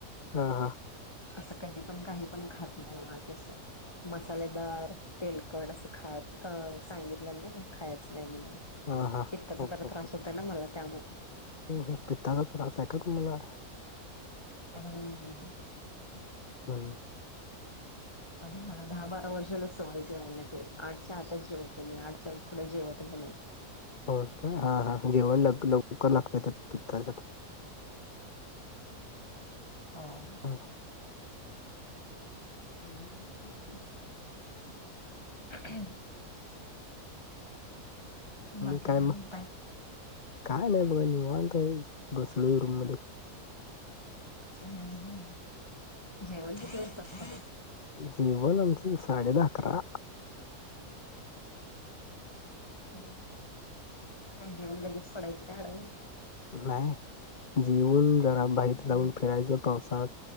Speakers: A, on the left; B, on the left.
A: हा हा.
B: असं कधी पण काही पण खात नाही माझे असं. मसालेदार तेलकड असं खायचं, सांगितलं ना खायचं नाही ना खायाचं म्हणून.
A: हा हा
B: पित्ताचा
A: हो
B: जरा
A: हो
B: त्रास होतय ना मला त्यामुळं.
A: हो हो. पित्ताचा त्रास आहे का तुम्हाला?
B: हम्, हं हं.
A: <inaudible> बरं.
B: आणि मला दहा बारा वर्षाला सवयचं राहिलं ते. आमच्या आातच जेवते मी. आटच्या उकुढं जेवत नाही.
A: हो का. हा, हा. जेवण ल लवकर लागतौय त्याला, पित्याच्या त्रास
B: हा.
A: <inaudible> <inaudible>
B: <unintelligible> बाकी
A: म काय म?
B: म्हणताय?
A: काय नाही बघा निवांतय, बसलोय रूम मध्ये.
B: हं हं. जेवण किती वाजता असतं मग?
A: जेवन आमचं साडे दहा- अकरा.
B: हं हं. जेवून लगेच पडायच का आडव?
A: नाही. जेऊन जरा बाहेर
B: अडवण
A: जाऊन फिरायचं पावसात.